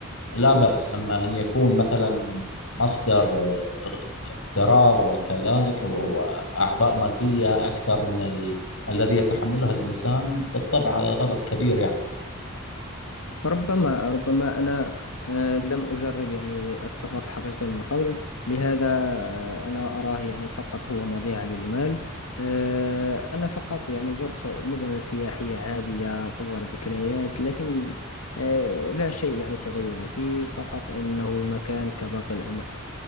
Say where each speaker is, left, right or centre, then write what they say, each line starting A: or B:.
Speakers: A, on the left (about 60°); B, on the left (about 90°).
A: لا باس اما ان يكون مثلا مصدر آه، اقتراض وكذلك و- واعباء ماديه اكثر من ال... الذي يتحملها الانسان بالطبع هذا غلط كبير يعني
B: ربما ربما أنا آه، لم أجرب يعني السفر الحقيقي من قبل لهذا آه، أنا أراه يعني فقط هو مضيعة للمال آه، أنا فقط يعني زرت مدن سياحية عادية صور ذكريات لكن آه، لا شيء يعني تغير فيه فقط إنه مكان كباقي الأما-